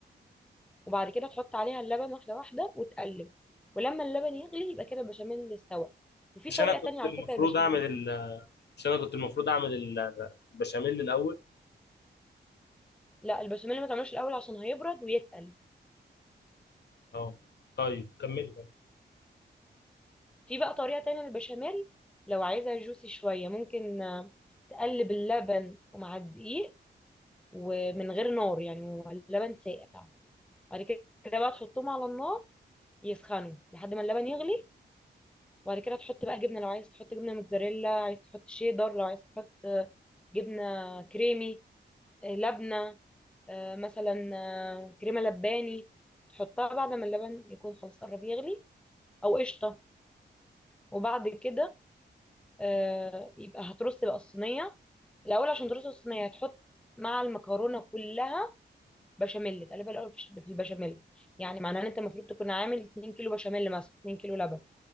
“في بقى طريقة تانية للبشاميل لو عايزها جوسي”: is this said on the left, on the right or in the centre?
Centre